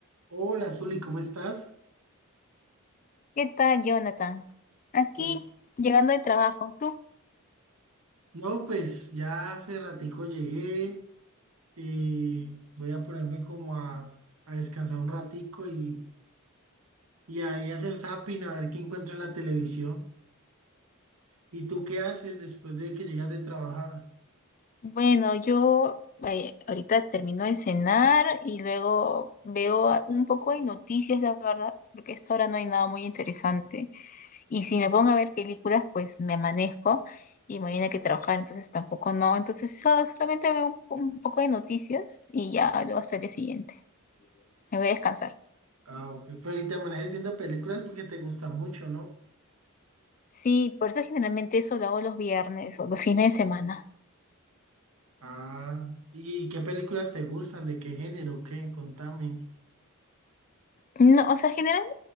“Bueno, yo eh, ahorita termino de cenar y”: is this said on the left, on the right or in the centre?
Left